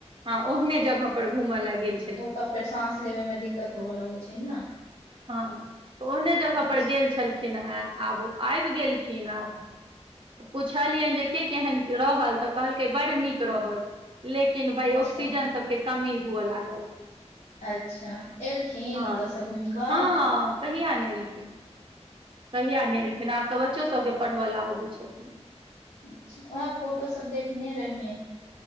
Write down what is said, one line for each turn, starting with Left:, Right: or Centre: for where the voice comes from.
Right: हँ ओहने जगह पर घूमे ल गेल छे
Left: ओ त फेर साँस लेबै मे दिक्कत होबे लागै छै ने
Right: हँ त ओहने जगह
Left: ह
Right: पर गेल छलखिन खिन हे आब आबि गेलखिन आब त पुछलियनि जे के केहन रहल तऽ कहलकै बड़ नीक रहैय लेकिन भाय
Left: अच्छा
Right: ऑक्सीजन सब के कमी हुआ लागल
Left: अच्छा एलखिन
Right: हँ
Left: ओतऽ सँ घुइम कऽ
Right: हँ कहिया नइ एलखिन कहिया नहि एलखिन आब तऽ बच्चो सबके पढ़ब लेल अबै छथिन
Left: अच्छा वैह फोटो सब देखने रहियैन